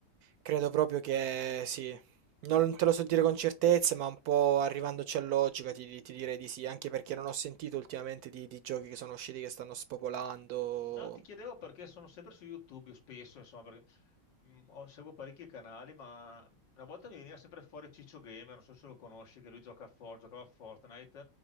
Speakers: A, on the right (about 70°); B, on the left (about 80°).
A: credo proprio che sì. Non te lo so dire con certezza, ma un po' arrivandoci a logica ti, ti direi di sì, anche perché non ho sentito ultimamente di, di giochi che sono usciti che stanno spopolando.
B: No, ti chiedevo perché sono sempre su YouTube, io spesso, insomma, perché mm, ho- seguo parecchi canali, ma una volta mi veniva sempre fuori Ciccio Gamer, non so se lo conosci, che lui gioca a For, giocava a Fortnite,